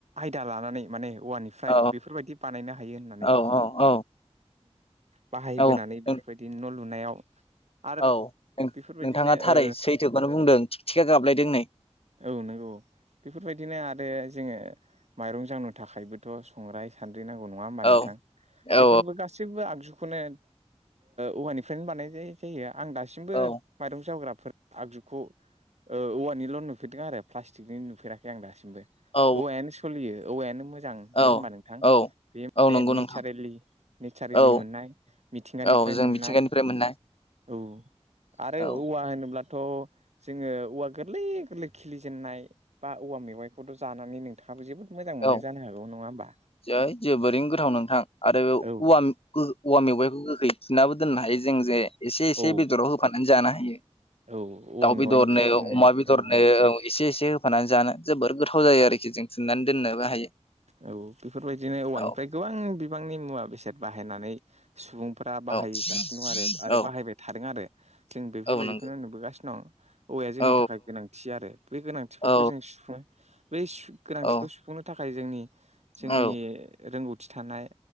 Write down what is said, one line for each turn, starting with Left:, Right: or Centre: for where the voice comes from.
Right: दा लानानै माने औवानिफ्राय
Left: औ
Right: बेफोरबायदि बानायनो हायो होननानै
Left: औ औ
Right: बाहायबोनानै
Left: औ नों
Right: बेफोरबायदि न' लुनायाव आरो
Left: औ नोंथाङा
Right: बेफोरबायदिनो
Left: थारै
Right: ओ
Left: सैथोखौनो बुंदों थिगथिखा गाबलायदों नै
Right: औ नंगौ बेफोरबायदिनो आरो जोङो माइरं जावनो थाखायबोथ' संग्राय सान्द्रि नांगौ नङा होमबा
Left: औ
Right: नोंथां
Left: औ
Right: बेफोरबो गासै गाससिबो आगजुखौनो औवानिफ्रायनो बानायनाय जायो आं दासिमबो
Left: औ
Right: माइरं जाग्राफोर आगजुखौ औवानिल' नुफेरदों आरो प्लास्टिकनि नुफेराखै आं दासिमबो
Left: औ
Right: औवायानो सोलियो औवायानो मोजां नङा
Left: औ
Right: होमबा नोंथां
Left: औ
Right: बे माने
Left: औ नंगौ
Right: नेेलि
Left: नोंथां
Right: नेचारेलि
Left: औ
Right: मोननाय मिथिंगानिफ्राय
Left: औ जों
Right: मोननाय
Left: मिथिंगानिफ्राय मोननाय
Right: औ आरो
Left: औ
Right: औवा होनोब्ला थ' जोङो औवा गोरलै गोरलै खिलिजेननाय बा औवा मेवाइखौथ' जानानै नोंथां आंहाबो जोबोद मोजां
Left: औ
Right: मोनो जानो हागौ नङा होनोमबा
Left: जोबोरैनो गोथाव नोंथां आरो बे औवा
Right: औ
Left: गो औवा मेवाइखौ गोखै थुननाबो दोननो हायो जों जे एसे एसे
Right: औ
Left: बेदराव होफानानै जानो हायो
Right: औ औवा
Left: दाउ
Right: मेवाइनिफ्राय
Left: बे दरनो
Right: जोङो
Left: अमा बिदरनो
Right: औ
Left: एसे एसे होफानानै जानो जोबोर गोथाव जायो आरोखि जों थुननानै दोननोबो हायो
Right: औ बेफोरबायदिनो औवानिफ्राय
Left: औ
Right: गोबां बिबांनि मुवा बेसाद बाहायनानै सुबुंफ्रा बाहायगासिनो
Left: औ
Right: दं आरो आरो
Left: औ
Right: बाहायबाय थादों आरो जों बेफोरबायदिखौनो
Left: औ नंगौ
Right: नुबोगासिनो दं औवाया जोंनि
Left: औ
Right: थाखाय गोनांथि आरो बे गोनांथिफोरखौ
Left: औ
Right: जों सुफुङो बै गोनांथिखौ
Left: औ
Right: सुफुंनो थाखाय जोंनि जोंनि
Left: औ
Right: रोंगौथि थानाय